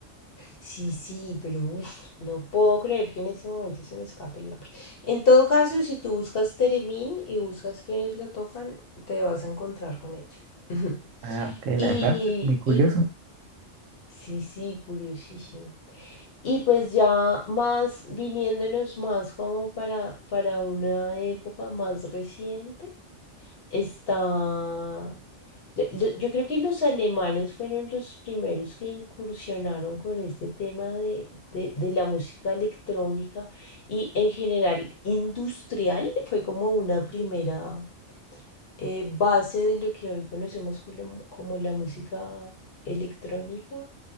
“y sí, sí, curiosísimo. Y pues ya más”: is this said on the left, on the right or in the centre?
Left